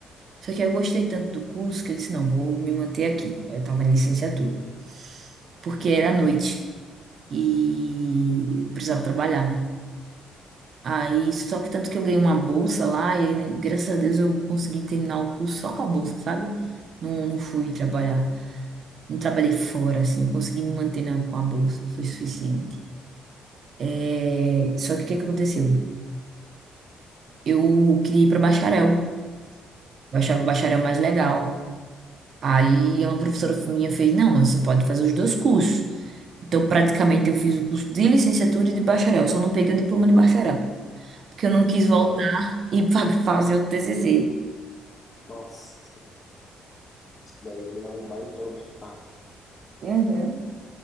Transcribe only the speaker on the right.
Só que eu gostei tanto do curso que eu disse, não, vou me manter aqui. Eu estava em licenciatura, porque era à noite e eu precisava trabalhar, né? Aí, só que tanto que eu ganhei uma bolsa lá e aí, né, graças a Deus eu consegui terminar o curso só com a bolsa, sabe? Não, não fui trabalhar. Não trabalhei fora, assim, eu consegui me manter na- com a bolsa, foi suficiente. É, Só que o que que aconteceu? Eu queria ir para bacharel, eu achava o bacharel mais legal. Aí uma professora minha fez, não, mas você pode fazer os dois cursos. Então, praticamente, eu fiz o curso de licenciatura e de bacharel, só não peguei o diploma de bacharel, porque eu não quis voltar
e fa- fazer o TCC.
Uhum.